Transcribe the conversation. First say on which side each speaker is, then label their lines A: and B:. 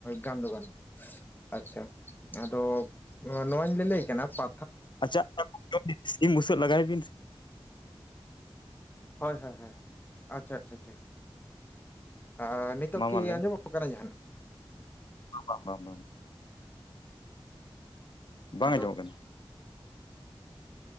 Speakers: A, on the left; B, on the left.
A: ᱜᱟᱱ ᱫᱚ ᱜᱟᱱᱚᱜᱼᱟ ᱾ ᱟᱪᱪᱷᱟ ᱟᱫᱚ ᱱᱚᱣᱟᱧ ᱞᱟᱹᱭᱞᱟᱹᱭ ᱠᱟᱱᱟ ᱯᱟ
B: ᱟᱪᱪᱷᱟ ᱥᱤᱢ ᱵᱩᱥᱟᱹᱜ ᱞᱟᱜᱟᱭ ᱵᱤᱱ ᱥᱮ
A: ᱦᱳᱭ ᱦᱳᱭ ᱦᱳᱭ ᱟᱪᱪᱷᱟ ᱟᱪᱪᱷᱟ ᱟᱪᱪᱷᱟ ᱟᱨ ᱱᱤᱛᱚᱜ
B: ᱢᱟ
A: ᱠᱤ
B: ᱢᱟ ᱞᱟᱹᱭ
A: ᱟᱸᱡᱚᱢᱚᱜ ᱠᱟᱱᱟ ᱡᱟᱦᱟᱱᱟᱜ
B: <unintelligible> ᱵᱟᱝ
A: ᱟᱫᱚ
B: ᱟᱸᱡᱚᱢᱚᱜ ᱠᱟᱱᱟ ᱾